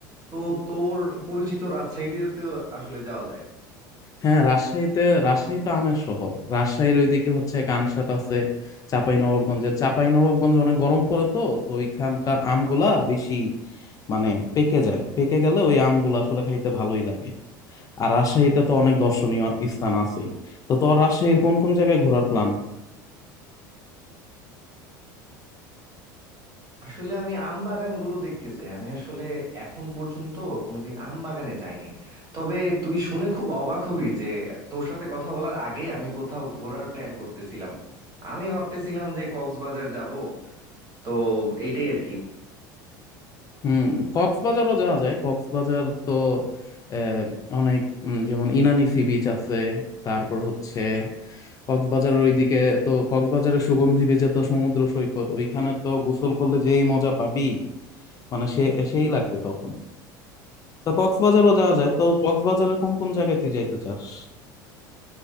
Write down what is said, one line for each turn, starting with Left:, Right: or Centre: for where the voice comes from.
Right: তো তোর পরিচিত রাজশাহীতে তো আসলে যাওয়া যায়
Left: হ্যাঁ রাজশাহীতে রাজশাহী তো আমের শহর রাজশাহীর ওইদিকে হচ্ছে কানসাট আছে চাঁপাই নবাবগঞ্জের চাঁপাই নবাবগঞ্জে অনেক গরম পড়ে তো তো ওইখানকার আমগুলা বেশি মানে পেকে যায় পেকে গেলে ওই আমগুলো আসলে খাইতে ভালোই লাগে আর রাজশাহীতে তো অনেক দর্শনীয় স্থান আছেই তো তোর রাজশাহীর কোন কোন জায়গায় ঘোরার প্ল্যান
Right: আসলে আমি আম বাগানগুলো দেখতে চাই আমি আসলে এখন পর্যন্ত কোনোদিন আম বাগানে যাইনি তবে তুই শুনে খুব অবাক হবি যে তোর সাথে কথা বলার আগে আমি কোথাও ঘোরার প্ল্যান করতেছিলাম আমি ভাবতেছিলাম যে কক্সবাজার যাব তো এটাই আর কি
Left: হুম কক্সবাজারও যাওয়া যায় কক্সবাজার তো আহ, অনেক উম, যেমন ইনানি সি বিচ আছে তারপর হচ্ছে কক্সবাজারের ওইদিকে তো কক্সবাজারের সুগন্ধি বেজে তো সমুদ্র সৈকত ওইখানে তো গোসল করলে যেই মজা পাবি মানে সে সেই লাগবে তখন তো কক্সবাজারও যাওয়া যায় তো কক্সবাজারের কোন কোন জায়গায় তুই যাইতে চাস